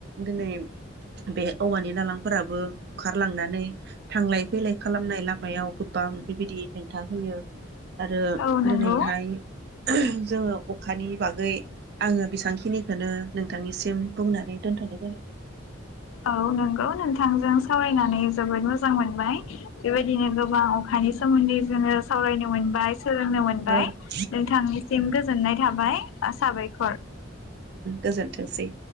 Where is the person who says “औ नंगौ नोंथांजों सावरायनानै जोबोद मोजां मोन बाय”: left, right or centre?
Left